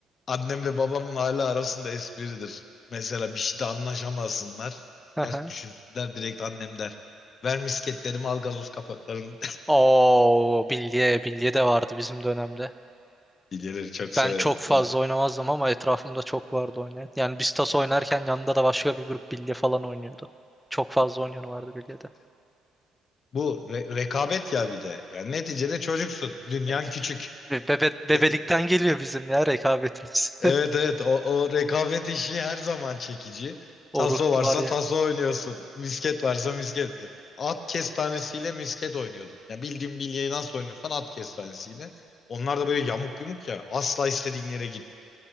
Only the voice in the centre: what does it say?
Aha.
Oo bilye bilye de vardı bizim dönemde.
Ben çok fazla
oynamazdım ama etrafımda çok vardı oynayan. Yani biz tas oynarken yanında da başka bir grup bilye falan oynuyordu. Çok fazla oynayan vardı bilyede.
E,
Be bebe- bebelikten
geliyor bizim ya rekabetimiz.
<laughs>
O
ruh
var yani.